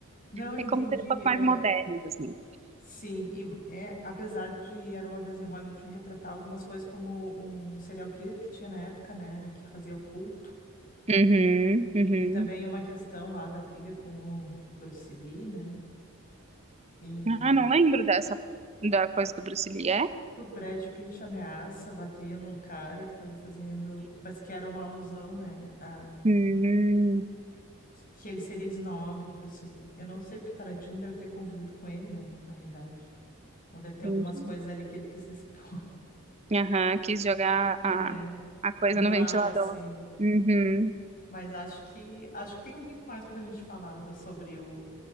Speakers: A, on the left; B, on the right.
A: Não, eu
B: É
A: entendi.
B: como ser um pouco
A: É,
B: mais modernos assim.
A: sim, e, é, apesar de Era Uma Vez em Hollywood retratar algumas coisas como um serial killer que tinha na época, né? Que fazia o culto.
B: Uhum, uhum.
A: E também uma questão lá da briga com o Bruce Lee, né? E
B: Ah, não lembro dessa da coisa do Bruce Lee, é?
A: que o Brad Pitt ameaça bater num cara que tava fazendo, mas que era uma alusão, né, a
B: Hum,
A: que que ele seria snob, o Bruce Lee. Eu não sei porque o Tarantino deve ter convivido com ele, né, na realidade. Então deve ter
B: entendi.
A: algumas coisas ali que ele quis expor. <laughs>
B: Aham, quis jogar
A: É,
B: a, a coisa
A: no
B: no ventilador.
A: ar assim.
B: Uhum.
A: Mas acho que acho que tem muito mais pra gente falar do- sobre o